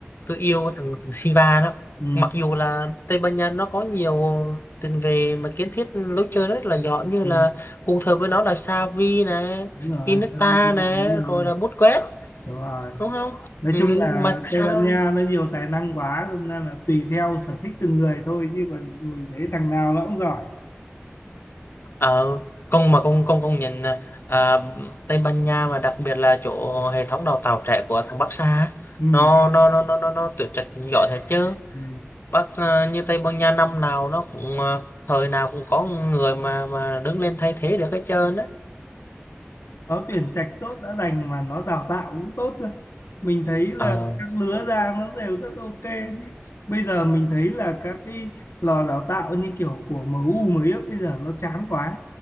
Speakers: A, on the left; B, on the left.
A: tôi yêu thằng thằng Silva đó.
B: Ừ.
A: Mặc dù là Tây Ban Nha nó có nhiều tiền vệ mà kiến thiết lối chơi rất là giỏi như
B: Ừ.
A: là cùng thời với nó là Xavi này,
B: Đúng rồi,
A: Iniesta
B: Xavi,
A: này,
B: đúng rồi,
A: rồi là Busquets
B: đúng rồi.
A: đúng không?
B: Nói
A: Ừ,
B: chung là
A: mà sao
B: Tây Ban Nha nó nhiều tài năng quá, nên là tùy theo sở thích từng người thôi chứ còn mình thấy thằng nào nó cũng giỏi.
A: ở công mà công công công nhận là, à, Tây Ban Nha mà đặc biệt là chỗ hệ thống đào tạo trẻ của thằng Barca á,
B: Ừ.
A: nó nó nó nó nó, nó tuyển trạch giỏi thật chứ
B: Ừ.
A: Bắc ờ, như Tây Ban Nha năm nào nó cũng ờ, thời nào cũng có người mà mà đứng lên thay thế được hết trơn á
B: nó tuyển trạch tốt đã đành mà nó đào tạo cũng tốt cơ mình thấy là
A: ờ
B: các lứa ra nó đều rất ok chứ bây giờ mình thấy là các cái lò đào tạo như kiểu của MU mới ép bây giờ nó chán quá